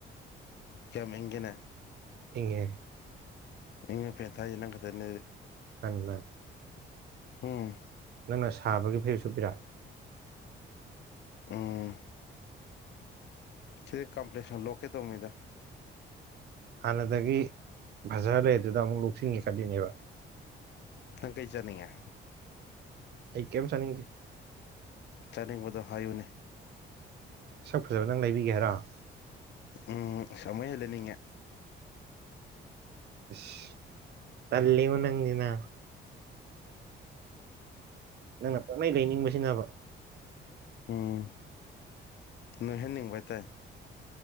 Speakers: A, on the left; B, on the right.
A: ꯀꯌꯥꯝ ꯏꯪꯒꯦꯅꯦ꯫
B: ꯏꯪꯉꯦ꯫
A: ꯏꯪꯉ ꯐꯦꯟꯊꯥꯏꯁꯦ ꯅꯪ ꯈꯠꯇꯅꯦ꯫
B: <inaudible> ꯅꯪꯅ
A: ꯎꯝ
B: ꯅꯪꯅ ꯁꯥꯕꯒꯤ ꯐꯩꯖꯨꯞ ꯁꯨꯞꯄꯤꯔꯥ꯫
A: ꯎꯝ ꯁꯤꯗꯩ ꯀꯝꯄ꯭ꯂꯦꯛꯁꯟ ꯂꯣꯛꯀꯦ ꯇꯧꯕꯅꯤꯗ꯫
B: ꯍꯥꯟꯅꯗꯒꯤ ꯕꯖꯔ ꯂꯩꯗꯨꯗ ꯑꯃꯨꯛ ꯂꫭꯛꯁꯤꯟꯒꯦ ꯈꯠꯂꯤꯅꯦꯕ꯫
A: ꯅꯪ ꯀꯩ ꯆꯠꯅꯤꯡꯉꯦ꯫
B: ꯑꯩ ꯀꯩꯝ ꯆꯥꯅꯤꯡꯗꯦ꯫
A: ꯆꯥꯅꯤꯡꯕꯗꯣ ꯍꯥꯏꯌꯨꯅꯦ꯫
B: ꯁꯛ ꯐꯖꯕ ꯅꯪ ꯂꯩꯕꯤꯒꯦ ꯍꯥꯏꯔꫭ꯫
A: ꯎꯝ ꯑꯁ ꯑꯃꯨꯛ ꯍꯦꯟꯅ ꯂꯩꯅꯤꯡꯑꯦ꯫
B: ꯑꯁ ꯇꯜꯂꯦꯕꯣ ꯅꯪꯖꯤ ꯅꯥ꯫ ꯅꯪꯅ ꯄꯛꯅꯩ ꯂꯩꯅꯤꯡꯕꯁꯤꯅꯕ꯫
A: ꯎꯝ ꯅꯣꯏꯍꯟꯅꯤꯡꯕ ꯍꯥꯏꯇꯥꯥꯔꯦ꯫